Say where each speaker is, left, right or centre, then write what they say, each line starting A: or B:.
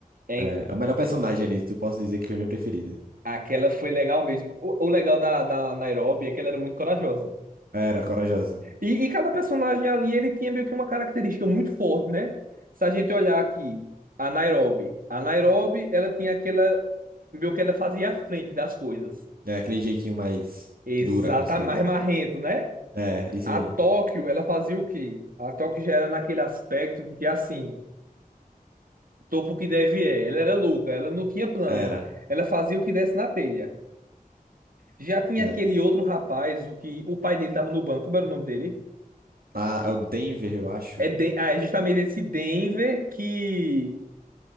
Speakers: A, on the right; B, on the right.
A: hein?
B: É, a melhor personagem ali, tu posso dizer que foi minha preferida.
A: Aquela foi legal mesmo. O, o legal da, da Nairobi é que ela era muito corajosa.
B: Era, corajosa.
A: E, e cada personagem ali, ele tinha meio que uma característica muito forte, né? Se a gente olhar aqui, a Nairobi. A Nairobi, ela tinha aquela... Meio que ela fazia a frente das coisas.
B: É, aquele jeitinho mais
A: Exatamente,
B: dura com as coisas.
A: mais marrento, né?
B: É, isso
A: A
B: aí.
A: Tóquio, ela fazia o quê? A Tóquio já era naquele aspecto de que, assim, topo que deve é. Ela era louca, ela não tinha plano.
B: Era.
A: Ela fazia o que desse na telha. Já tinha
B: era.
A: aquele outro rapaz, o que o pai dele tava no banco. Como era o nome dele?
B: Ah,
A: Que-
B: é o Denver, eu acho.
A: É, Den- ah, é justamente esse Denver que...